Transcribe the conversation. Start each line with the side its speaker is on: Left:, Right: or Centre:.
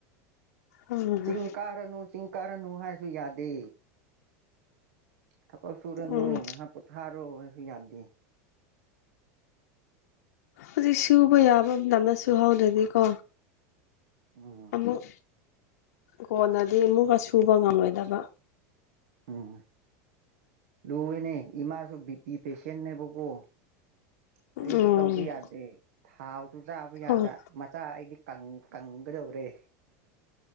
Left: ꯎꯝ
Right: ꯆꯤꯡ ꯀꯥꯔꯅꯨ ꯆꯤꯡ ꯀꯥꯔꯅꯨ ꯍꯥꯏꯁꯨ ꯌꯥꯗꯦ ꯊꯕꯛ ꯁꯨꯔꯅꯨ
Left: ꯎꯝ
Right: ꯉꯥꯏꯍꯥꯛ ꯄꯣꯊꯥꯔꯣ ꯍꯥꯏꯁꯨ ꯌꯥꯗꯦ
Left: ꯍꯧꯖꯤꯛ ꯁꯨꯕ ꯌꯥꯕ ꯃꯇꯝꯗ ꯁꯨꯍꯥꯎꯗ꯭ꯔꯗꯤꯀꯣ
Right: ꯎꯝ
Left: ꯑꯃꯨꯛ ꯀꯣꯟꯅꯗꯤ ꯑꯃꯨꯛꯀ ꯁꯨꯕ ꯉꯝꯂꯣꯏꯗꯕ
Right: ꯎꯝ ꯂꯨꯏꯦꯅꯦ ꯏꯃꯥꯁꯨ ꯕꯤ ꯄꯤ ꯄꯦꯁꯦꯟꯅꯦꯕꯀꯣ ꯀꯔꯤꯁꯨ
Left: ꯎꯝ
Right: ꯇꯧꯕ ꯌꯥꯗꯦ ꯊꯥꯎꯁꯨ ꯆꯥꯕ ꯌꯥꯗ
Left: ꯑꯣ
Right: ꯃꯆꯥ ꯑꯩꯗꯤ ꯀꯪ ꯀꯪꯒꯗꯧꯔꯦ